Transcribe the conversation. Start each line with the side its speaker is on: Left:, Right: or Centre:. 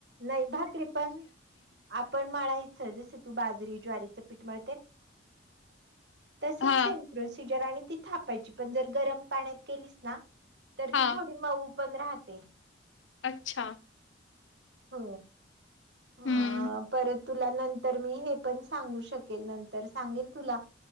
Right: नाही भाकरी पण आपण मळायचं जस तू बाजरी ज्वारीच भा त स
Left: हां,
Right: प्र ती थापायची पण जर गरम पाण्यात केलीस ना तर
Left: हां.
Right: ती थोडी मऊ पंधराात
Left: अच्छा
Right: हो अ
Left: हं.
Right: परत तुला नंतर मी हे पण सांगू शकेल नंतर सांगेल तुला